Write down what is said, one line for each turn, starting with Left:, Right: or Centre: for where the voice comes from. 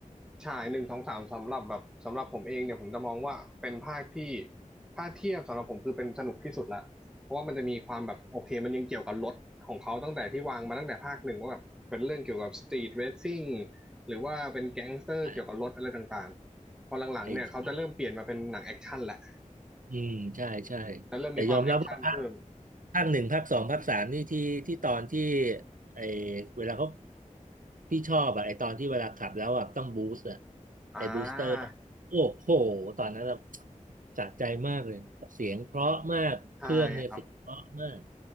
Centre: ฉายหนึ่งสองสามสำหรับแบบสำหรับผมเองเนี่ยผมจะมองว่าเป็นภาคที่ถ้าเทียบสำหรับผมคือเป็นสนุกที่สุดละเพราะว่ามันจะมีความแบบโอเคมันยังเกี่ยวกับรถของเขาตั้งแต่ที่วางมาตั้งแต่ภาคหนึ่งว่าแบบเป็นเรื่องเกี่ยวกับสตรีทเรซซิ่งหรือว่าเป็นแก๊งสเตอร์เกี่ยวกับรถอะไรต่างๆพอหลังๆเนี่ยเขาจะเริ่มเปลี่ยนมาเป็นหนังแอคชั่นแหละ
Right: อ่ะไอ้ อืมใช่ใช่
Centre: จะเริ่มมีความแอคชั่นเพิ่ม
Right: แต่ยอมรับว่าภาคภาคหนึ่งภาคสองภาคสามนี่ที่ที่ตอนที่ไอเวลาเขาพี่ชอบอะไอตอนที่เวลาขับแล้วอะต้องบูสต์อะ
Centre: อ่า
Right: ไอบูสเตอร์โอ้โหตอนนั้นเราสะใจมากเลยเสียงเพราะมากเครื่องเนี่ยเสียงเพราะมาก
Centre: ใช่ครับ